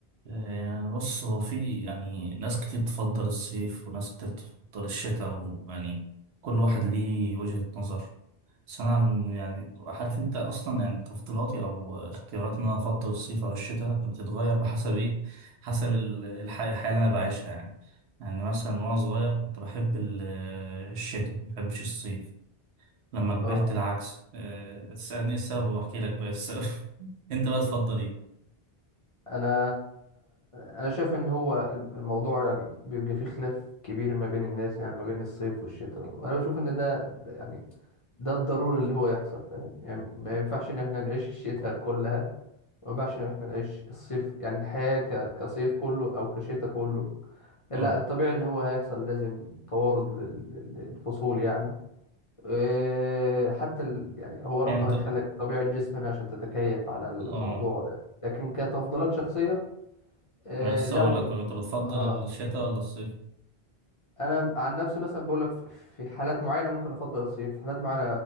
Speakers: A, on the right; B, on the left.
A: يعني بص هو في يعني ناس كتير تفضل الصيف وناس كتير تفضل الشتاء ويعني كل واحد ليه وجهة نظر بس أنا عن- يعني عارف أنت أصلا يعني تفضيلاتي أو اختياراتي إن أنا أفضل الصيف أو الشتاء بتتغير بحسب إيه حسب ال- الح- الحياة اللي أنا بعيشها يعني يعني مثلا وأنا صغير كنت بحب ال- الشتاء مبحبش الصيف لما كبرت
B: اه
A: العكس أه، تسألني السبب وأحكي لك بقى السبب <laughs> أنت بقى تفضل إيه؟
B: انا انا شايف ان هو الموضوع يعني بيبقى فيه خلاف كبير ما بين الناس يعني ما بين الصيف والشتاء وانا بشوف ان ده ده يعني ده الضروري اللي هو يحصل فاهم يعني ما ينفعش ان احنا نعيش الشتاء كلها ما ينفعش ان احنا نعيش الصيف يعني الحياة ك... كصيف كله او كشتاء كله لا
A: أه
B: الطبيعي ان هو هيحصل لازم توارد لل... لل- للفصول يعني إيه، حتى ال... يعني هو ربنا
A: يعني أنت
B: يخلك طبيعة جسمنا عشان تتكيف على الموضوع
A: أه
B: ده لكن كتفضيلات شخصية آه
A: ما لسه
B: لو
A: اقول لك انت بتفضل
B: آه
A: الشتاء ولا الصيف
B: انا عن نفسي مثلا بقول لك في حالات معينه ممكن افضل الصيف حالات معينه